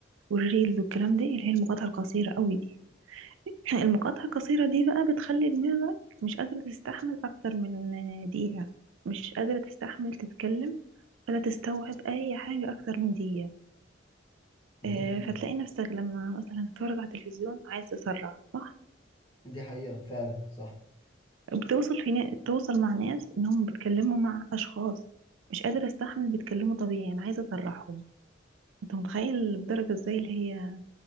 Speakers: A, on the right; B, on the left.
A: والريلز والكلام دي اللي هي المقاطعة القصيرة قوي دي <laughs> <clears throat> المقاطعة القصيرة دي بقى بتخلي دماغك مش قادرة تستحمل أكتر من آه، دقيقة مش قادرة تستحمل تتكلم ولا تستوعب أي حاجة أكتر من دقيقة آه،
B: دي حقيقة
A: فتلاقي نفسك لما مثلا تتفرج على التلفزيون عايز تسرع صح
B: دي حقيقة فعلا صح
A: بتوصل في نا... توصل مع ناس إنهم بيتكلموا مع أشخاص مش قادرة استحمل بيتكلموا طبيعي أنا عايزة أسرحهم أنت متخيل الدرجة إزاي اللي هي